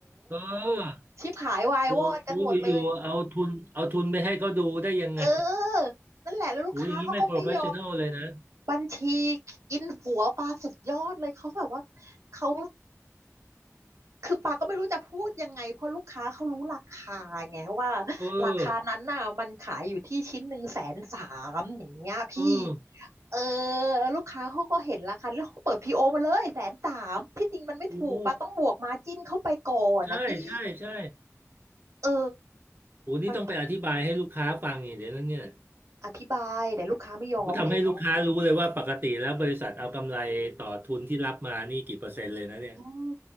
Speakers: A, on the right; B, on the right.
A: เออ
B: ชิบหายวายวอดกันหมดเลย
A: โอ้โหอยู่ๆเอาทุนเอาทุนไปให้เขาดูได้ยังไง
B: เออนั่นแหละแล้วลูกค้าเขาก็ไม่ยอม
A: โอ้อย่างนี้ไม่ professional เลยนะ
B: บัญชีกินหัวปาสุดยอดเลยเขาแบบว่าเขาคือปาก็ไม่รู้จะพูดยังไงเพราะลูกค้าเขารู้ราคาไงว่า
A: เออ
B: ราคานั้นน่ะมันขายอยู่ที่ชิ้นหนึ่งแสนสามอย่างเงี้ยพี่
A: เออ
B: เออแล้วลูกค้าเขาก็เห็นราคาแล้วเขาเปิดพีโอมาเลยแสนสามที่จริงมันไม่ถูกปาต้องบวกมาจิ้นเข้าไปก่อนนะพี่
A: โอ้ใช่ใช่ใช่
B: เออ
A: โอ้นี่ต้องไปอธิบายให้ลูกค้าฟังอย่างเดี๋ยวนั้นเนี่ย
B: มันอธิบายแต่ลูกค้าไม่ยอมแล้ว
A: ก็ทำให้ลูกค้ารู้เลยว่าปกติแล้วบริษัทเอากำไรต่อทุนที่รับมานี่กี่เปอร์เซ็นต์เลยนะเนี่ย
B: อืม